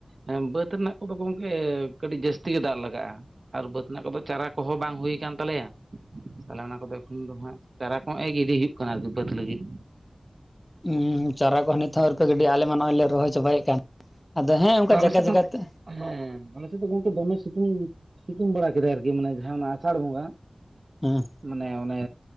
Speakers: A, on the right (about 65°); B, on the left (about 20°).
A: ᱦᱮᱸ ᱵᱟᱹᱫ ᱨᱮᱱᱟᱜ ᱠᱚᱫᱚ ᱜᱚᱢᱠᱮ ᱠᱟᱹᱴᱤᱡ ᱡᱟᱹᱥᱛᱤ ᱜᱮ ᱫᱟᱜ ᱞᱟᱜᱟᱜ-ᱟ ᱟᱨ ᱵᱟᱹᱫ ᱨᱮᱱᱟᱜ ᱠᱚᱫᱚ ᱪᱟᱨᱟ ᱠᱚᱦᱚᱸ ᱵᱟᱝ ᱦᱩᱭ ᱠᱟᱱ ᱛᱟᱞᱮᱭᱟ ᱛᱟᱦᱚᱞᱮ ᱚᱱᱟ ᱠᱚᱫᱚ ᱮᱠᱷᱚᱱ ᱫᱚ ᱦᱟᱸᱜ ᱪᱟᱨᱟ ᱠᱚᱸᱦᱚ ᱤᱫᱤ ᱦᱩᱭᱩᱜ ᱠᱟᱱᱟ ᱟᱨᱠᱤ ᱵᱟᱹᱫ ᱞᱟᱹᱜᱤᱫ
B: ᱦᱩᱸ ᱪᱟᱨᱟ ᱠᱚᱦᱚᱸ ᱱᱤᱛ ᱦᱚᱸ ᱟᱹᱣᱨᱤ ᱯᱮ ᱜᱤᱰᱤᱭᱟ ᱟᱞᱮ ᱢᱟ ᱱᱚᱜ-ᱚᱭ ᱞᱮ ᱨᱚᱦᱚᱭ ᱪᱟᱵᱟᱭᱮ ᱠᱟᱱ ᱟᱫᱚ ᱦᱮᱸ ᱚᱱᱠᱟ
A: ᱟᱞᱮ
B: ᱡᱟᱭᱜᱟ
A: ᱥᱮᱫ
B: ᱡᱟᱭᱜᱟ
A: ᱫᱚ
B: ᱛᱮ
A: ᱦᱮᱸ ᱟᱞᱮ ᱥᱮᱫ ᱫᱚ ᱜᱚᱢᱠᱮ ᱫᱚᱢᱮ ᱥᱤᱛᱩᱝ ᱥᱤᱛᱩᱝ ᱵᱟᱲᱟ ᱠᱮᱫᱟᱭ ᱟᱨᱠᱤ ᱢᱟᱱᱮ ᱡᱟᱦᱟᱸ ᱟᱥᱟᱲ ᱵᱚᱸᱜᱟ
B: ᱦᱮᱸ
A: ᱢᱟᱱᱮ ᱚᱱᱮ